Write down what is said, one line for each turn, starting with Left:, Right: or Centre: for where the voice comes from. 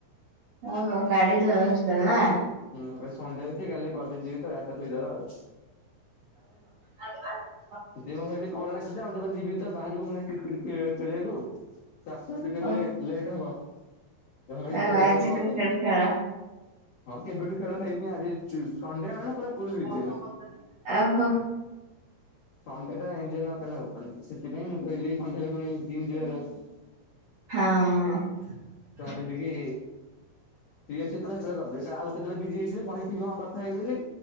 Right: ଓ ହୋ ଗାଡି ଧୁଆ ହଉଚି ତାହେଲେ ନାଁ?
Left: ହୁଁ ଆଜି ସଣ୍ଡେ ହେଇଚି କାଲି କଲେଜ ଯିବି ତ ଗାଡ଼ି ଟା ଧୋଇ ଦବା ଆଉ,
Right: ଆଜ କେ ବା <inaudible>
Left: ସେଥିପାଇଁ ମୁଁ କହିଲି କଲଟା ରଖିଥା ଆଉ ଟିକେ ପରେ ଯିବି ତ ବାହାରକୁ ମାନେ, କିଟ କିଟ ଖେଳିବାକୁ ପାଞ୍ଚ ମିନଟ କଲେ
Right: ଓ
Left: ଲେଟ୍ ହବ, ତ ଭାବିଲି ଡାଇରେକ୍ଟ
Right: ଆଉ
Left: କେବେ
Right: ଆଜି
Left: କଲ୍
Right: କ୍ରିକେଟ
Left: କର।
Right: ଖେଳ
Left: ହଁ କେବେଠୁ ଖେଳ ହେଇନି ଆଜି ସଣ୍ଡେ ମାନେ ପୁରା, ଫୁଲ ବିଜି
Right: ଓହୋ।
Left: ମୁଁ। ସଣ୍ଡେଟା ଏଞଜୟ ନ କଲେ ହବନି ସେଥିପାଇଁ ମୁଁ କହିଲି ସନ୍ଧ୍ୟାରେ ପୁଣି,
Right: ହଁ।
Left: ଜିମ୍ ଯିବାର ଅଛି। ଭାବିଲି କି, ଫ୍ରି ଅଛି ସେଲେ ସେତେବେଳେ କରିଦେବି ଆଉ, କେତେଳେ ବିଜି ହେଇଯିବି କହି ହଁ କଥା ହେଇି ବୋଲି